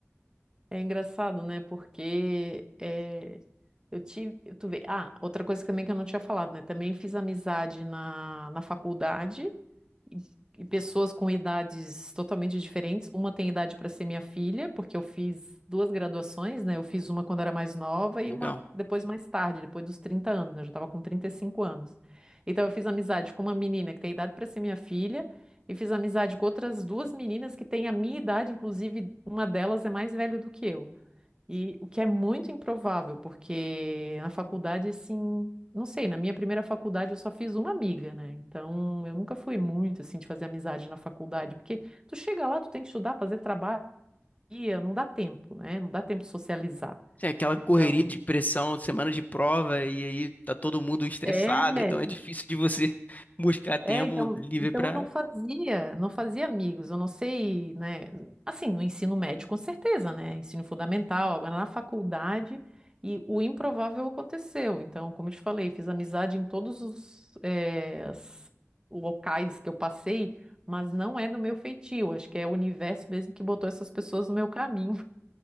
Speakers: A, on the right; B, on the left.
A: É engraçado, né? Porque é, eu tive. eu- Tu vê, ah, outra coisa também que eu não tinha falado, né? Também fiz amizade na, na faculdade e, e pessoas com idades totalmente diferentes. Uma tem idade para ser minha filha, porque eu fiz duas graduações, né? Eu fiz uma quando era mais nova e
B: Legal.
A: uma depois mais tarde, depois dos 30 anos. Eu já estava com 35 anos. Então eu fiz amizade com uma menina que tem idade para ser minha filha. E fiz amizade com outras duas meninas que têm a minha idade, inclusive uma delas é mais velha do que eu. E o que é muito improvável, porque na faculdade, assim, não sei, na minha primeira faculdade eu só fiz uma amiga, né? Então eu nunca fui muito, assim, de fazer amizade na faculdade, porque tu chega lá, tu tem que estudar, fazer trabalho, e não dá tempo, né? Não dá tempo de socializar.
B: é aquela
A: Então,
B: correria de pressão, semana de prova, e aí tá todo mundo estressado,
A: é.
B: então é difícil de você <laughs> buscar tempo
A: É, então,
B: livre
A: então
B: pra
A: eu não fazia, não fazia amigos, eu não sei, né? Assim, no ensino médio, com certeza, né? Ensino fundamental, agora na faculdade, e o improvável aconteceu. Então, como eu te falei, fiz amizade em todos os, eh, as- locais que eu passei, mas não é do meu feitio, acho que é o universo mesmo que botou essas pessoas no meu caminho.